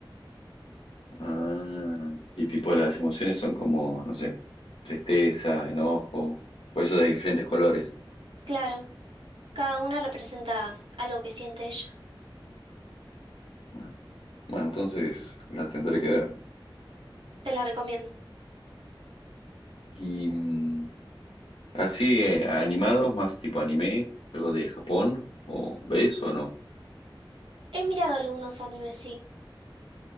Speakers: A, on the left; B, on the right.
A: Ah, y tipo las emociones son como, no sé, tristeza, enojo, por eso hay diferentes colores.
B: Claro, cada una representa algo que siente ella.
A: Ah, Bueno, entonces las tendré que ver.
B: Te la recomiendo.
A: Y mm, así eh, animados, más tipo anime, algo de Japón, o ves o no,
B: He mirado algunos animes, sí.